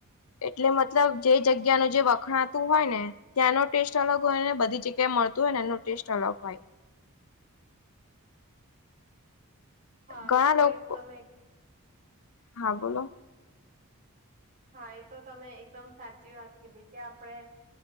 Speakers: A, on the left; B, on the right.
A: એટલે મતલબ જે જગ્યા નું જે વખણાતું હોય ને ત્યાંનો ટેસ્ટ અલગ હોય ને બધી જગ્યાએ મળતું હોય ને એનો ટેસ્ટ અલગ હોય
B: હા
A: ઘણા
B: એતો
A: લોકો
B: એક તમે એક તો
A: હા બોલો.
B: હા એ તો એકદમ સાચી વાત કીધી કે આપડે